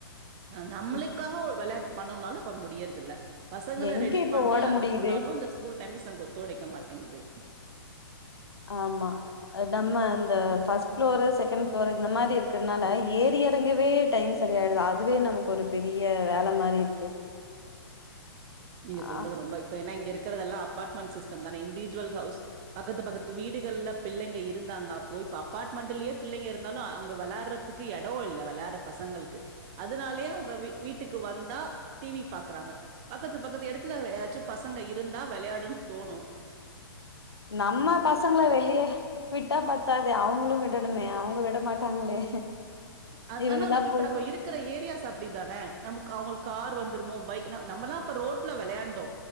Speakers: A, on the right (about 25°); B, on the left (about 80°).
A: அ நம்மளுக்காக
B: ம்.
A: ஒரு வெளையாட்டு பண்ணணுனாலு அப்ப முடியறது இல்ல பசங்கள
B: எங்க
A: ரெடி
B: இப்போ
A: பண்ணி
B: ஓட
A: அனுப்புனாலு
B: முடியுது
A: அந்த ஸ்கூல் டைம்ஸ் நமக்கு ஒத்து ஒழைக்க மாட்டேங்குது
B: ஆமா நம்ம அந்த ஃபர்ஸ்ட் ஃபளோர் செகண்ட் ஃபளோர் இந்த மாரி இருக்குறனால ஏறி இரங்கவே டைம்ஸ் செரியாயிடுது அதுவே நமக்கு ஒரு பெரிய வேல மாரி இருக்கு
A: நீங்க
B: ஆ
A: சொல்றது ரொம்ப இப்ப ஏன இங்க இருக்கதெல்ல அப்பார்ட்மெண்ட் சிஸ்டம் தான இண்டிவிஜ்வல் ஹவுஸ் பக்கத்து பக்கத்து வீடுகல பிள்ளைங்க இருந்தாங்க அப்போ இப்ப அப்பார்ட்மெண்ட்லயே பிள்ங்க இருந்தாலு அங்க வெளாடுற த்துக்கு எடோ இல்ல வெளையாற பசங்களுக்கு அதனாலேயே அவுங்க வீ வீட்டுக்கு வந்தா டி வி பாக்குறாங்க பக்கத்து பக்கத்து எடத்துல ஏதாச்சு பசங்க இருந்தா விளையாடுன்னு தோணு
B: நம்ம பசங்கள வெளியே விட்டா பத்தாதே அவுங்களு விடணுமே அவுங்க விட மாட்டாங்களே
A: அ
B: இவங்கல்லா
A: ஆனா நா இப்ப
B: போயிட்டு
A: நம்ம இருக் இருக்குற ஏரியாஸ் அப்டித்தான நமக்கு அவுங்களுக்கு கார் வந்துருமோ பைக் ந நம்பல்லா அப்ப ரோட்ல விளையாண்டோ